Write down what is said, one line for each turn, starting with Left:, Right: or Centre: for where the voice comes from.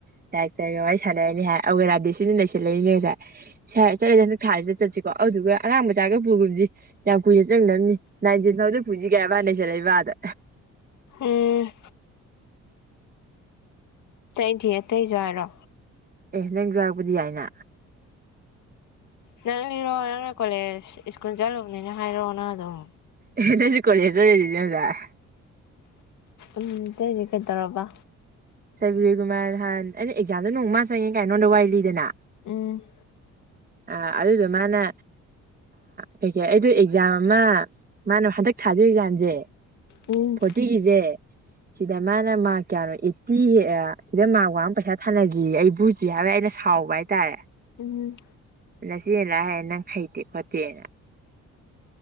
Right: ꯅꯦꯛꯎꯔꯅꯤ ꯗꯥꯏꯔꯦꯛꯇꯔꯒ ꯋꯥꯔꯤ ꯁꯥꯟꯅꯔꯅꯤ ꯍꯥꯏ ꯑꯗꯨꯒꯦ ꯔꯥꯙꯦ ꯁꯣꯔꯤꯅ ꯅꯩꯁꯜꯂꯛꯏꯅꯦ ꯉꯁꯥꯏ ꯁꯔ ꯆꯠꯂꯗꯤ ꯍꯟꯗꯛ ꯊꯥꯖꯤꯗ ꯆꯠꯁꯤꯀꯣ ꯑꯗꯨꯗꯨꯒ ꯑꯉꯥꯡ ꯃꯆꯥꯒ ꯄꯨꯒꯨꯝꯖꯤ ꯌꯥꯝ ꯀꯨꯏꯅ ꯆꯪꯅꯕꯅꯤ ꯅꯥꯏꯟꯇꯦꯟ ꯐꯥꯎꯗ ꯄꯨꯖꯤ ꯍꯥꯏꯅ ꯅꯩꯁꯜꯂꯛꯏꯕ ꯑꯥꯗ
Left: ꯎꯝ ꯇꯩꯗꯤ ꯑꯇꯩꯁꯨ ꯍꯥꯏꯔꯣ
Right: ꯑꯦ ꯅꯪꯖꯨ ꯌꯥꯎꯔꯛꯄꯗꯤ ꯌꯥꯏꯅ
Left: ꯅꯪ ꯂꯤꯔꯣ ꯅꯪꯅ ꯀꯣꯂꯦꯖ ꯁ꯭ꯀꯨꯜ ꯆꯠꯂꯨꯕꯅꯦꯅ ꯍꯥꯏꯔꯣ ꯅꯪ ꯑꯗꯨꯝ
Right: ꯑꯦ ꯅꯪꯁꯨ ꯀꯦꯂꯦꯖ ꯆꯠꯂꯨꯏꯗꯨꯗꯤ ꯉꯁꯥꯏ
Left: ꯎꯝ ꯑꯇꯩꯗꯤ ꯀꯩꯇꯧꯔꯕ
Right: ꯁꯕꯤꯔꯀꯨꯃꯥꯔ ꯅꯍꯥꯟ ꯑꯩꯅ ꯑꯦꯛꯖꯥꯝꯗ ꯅꯣꯡꯃ ꯃꯥ ꯆꯪꯉꯦ ꯀꯥꯏꯅ ꯅꯉꯣꯟꯗ ꯋꯥꯔꯤ ꯂꯤꯗꯅ
Left: ꯎꯝ
Right: ꯑꯥ ꯑꯗꯨꯗꯣ ꯃꯥꯅ ꯀꯩꯀꯩ ꯑꯩꯗꯣ ꯑꯦꯛꯖꯥꯝ ꯑꯃ ꯃꯥꯅ ꯍꯟꯗꯛ ꯊꯥꯗꯣꯏ ꯑꯦꯛꯖꯥꯝꯁꯦ
Left: ꯎꯝ
Right: ꯐꯣꯔꯇꯤꯒꯤꯁꯦ ꯁꯤꯗ ꯃꯥꯅ ꯃꯥꯔꯛ ꯀꯌꯥꯅꯣ ꯁꯤ ꯑꯥ ꯁꯤꯗ ꯃꯥꯛ ꯋꯥꯡꯉ ꯄꯩꯁꯥ ꯊꯥꯅꯖꯤꯑꯦ ꯑꯩ ꯚꯨ ꯆꯨꯢ ꯍꯥꯏꯕꯩ ꯑꯩꯅ ꯁꯥꯎꯔꯨꯕ ꯍꯥꯏꯇꯥꯔꯦ
Left: ꯎꯝ
Right: ꯅꯆꯦꯅ ꯂꯥꯢꯔꯤꯛ ꯍꯩꯔꯥ ꯅꯪ ꯍꯩꯇꯦ ꯈꯣꯠꯇꯦꯅ